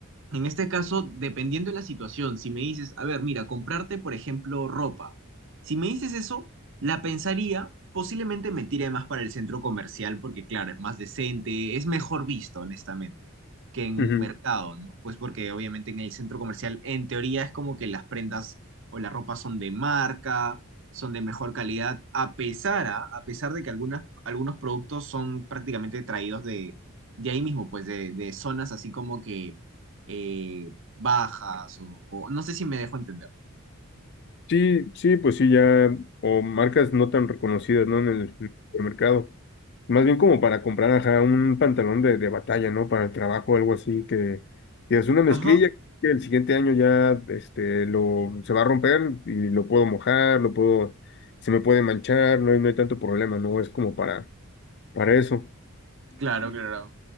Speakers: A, on the right; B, on the left.
A: en este caso, dependiendo de la situación, si me dices, a ver, mira, comprarte, por ejemplo, ropa. Si me dices eso, la pensaría, posiblemente me tire más para el centro comercial porque, claro, es más decente, es mejor visto, honestamente, que en
B: ujú.
A: un mercado, ¿no? Pues porque obviamente en el centro comercial, en teoría, es como que las prendas o la ropa son de marca, son de mejor calidad, a pesar, a, a pesar de que algunas, algunos productos son prácticamente traídos de, de ahí mismo, pues de de zonas así como que eh, bajas o, o- no sé si me dejo entender.
B: Sí, sí, pues sí, ya, o marcas no tan reconocidas, ¿no? En el supermercado. Más bien como para comprar ajá, un pantalón de, de batalla, ¿no? Para el trabajo, algo así, que, que es una mezclilla
A: Ajá.
B: que el siguiente año ya este, lo, se va a romper y lo puedo mojar, lo puedo, se me puede manchar, no hay, no hay tanto problema, ¿no? Es como para, para eso.
A: Claro, claro.